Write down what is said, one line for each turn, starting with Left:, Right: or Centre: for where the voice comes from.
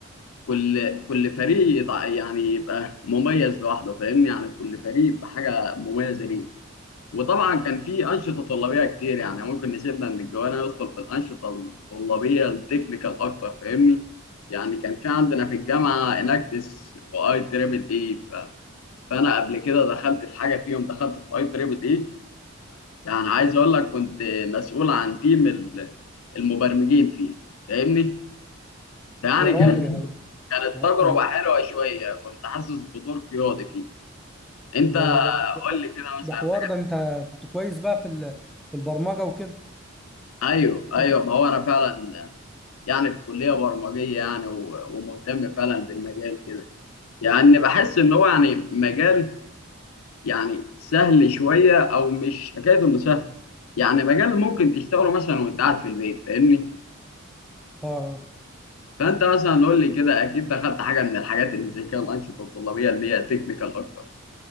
Left: كل كل فريق يطع- يعني يبقى مميز لوحده فاهمني يعني كل فريق بحاجه مميزه ليه وطبعا كان في انشطه طلابيه كتير يعني ممكن نسيبنا من الجوانا ندخل في الانشطه الطلابيه التكنيكال اكتر فاهمني يعني كان في عندنا في الجامعه اناكتس واي تريبل اي ف... فانا قبل كده دخلت في حاجه فيهم دخلت في اي تريبل اي يعني عايز اقول لك كنت مسؤول عن تيم ال- المبرمجين فيه فاهمني فيعني
Centre: يا راجل
Left: كانت
Centre: يا
Left: مم.
Centre: عم
Left: كانت
Centre: يعني
Left: تجربه حلوه شويه كنت حاسس بدور قيادي فيه انت
Centre: ده ده ده ده,
Left: قول
Centre: ده,
Left: لي كده مثلا
Centre: ده حوار
Left: حاجة.
Centre: ده انت كنت كويس بقى في ال- في البرمجه وكده
Left: ايوه ايوه
Centre: انت
Left: ما هو انا فعلا يعني في كلية برمجية يعني و- ومهتم فعلا بالمجال كده يعني بحس ان هو يعني مجال يعني سهل شوية او مش حكاية انه سهل يعني مجال ممكن تشتغله مثلا وانت قاعد في البيت فاهمني
Centre: اه
Left: فانت مثلا قول لي كده اكيد دخلت حاجة من الحاجات اللي زي كده الانشطة الطلابية اللي هي تكنيكال اكتر